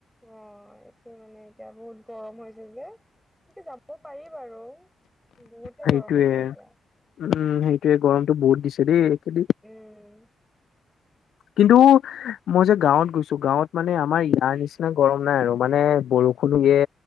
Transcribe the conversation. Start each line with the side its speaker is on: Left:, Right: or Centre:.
Centre: অ', এইটো মানে এতিয়া বহুত গৰম হৈ হৈছে যে এনেকে যাব পাৰি বাৰু। বহুতে
Left: সেইটোয়ে
Centre: গৰম হৈছে
Left: উম
Centre: এতিয়া
Left: সেইটোয়ে গৰমতটো বহুত দিছে দেই খেলি
Centre: উম।
Left: কিন্তু মই যে গাঁৱত গৈছোঁ গাঁৱত মানে আমাৰ ইয়াৰ নিচিনা গৰম নাই আৰু মানে বৰষুণো ইয়ে